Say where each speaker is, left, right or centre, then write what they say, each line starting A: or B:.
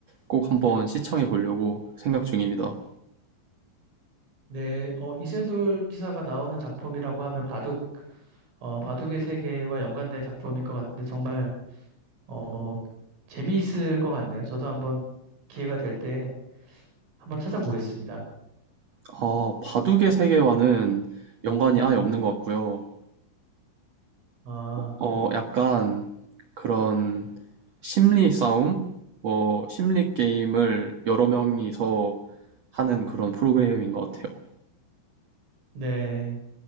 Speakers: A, on the right; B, on the right.
A: 꼭 한번 시청해 보려고 생각 중입니다.
B: 네, 어, 이세돌 기사가 나오는 작품이라고 하면 바둑, 어, 바둑의 세계와 연관된 작품인 것 같은데 정말 어, 재미있을 것 같네요. 저도 한번 기회가 될때 한번 찾아보겠습니다.
A: 아, 바둑의 세계와는 연관이 아예 없는 것 같고요.
B: 아,
A: 어, 약간 그런 심리 싸움? 뭐, 심리 게임을 여러 명이서 하는 그런 프로그램인 것 같아요.
B: 네,